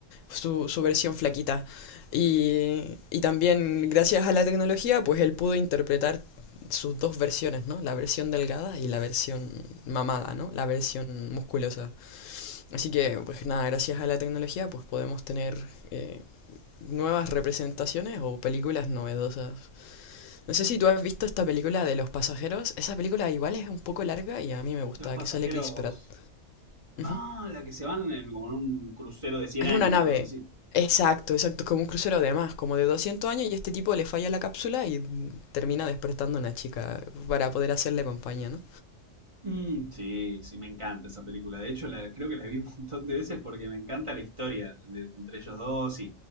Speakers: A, on the left (about 85°); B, on the right (about 30°).
A: Su, su versión flaquita. Y, y también gracias a la tecnología, pues él pudo interpretar sus dos versiones, ¿no? La versión delgada y la versión mamada, ¿no? La versión musculosa. Así que, pues nada, gracias a la tecnología, pues podemos tener eh, nuevas representaciones o películas novedosas no sé si tú has visto esta película de Los Pasajeros. Esa película igual es un poco larga y a mí me gusta,
B: Los pasajeros.
A: que sale Chris Pratt. Ujú.
B: Ah, la que se van en, como en un crucero de 100
A: En
B: años,
A: una nave.
B: una cosa así.
A: Exacto, exacto, como un crucero de más, como de 200 años y este tipo le falla la cápsula y mm, termina despertando a una chica para poder hacerle compañía, ¿no?
B: Mm, sí, sí, me encanta esa película. De hecho, la, creo que la vi un montón de veces porque me encanta la historia de- entre ellos dos y,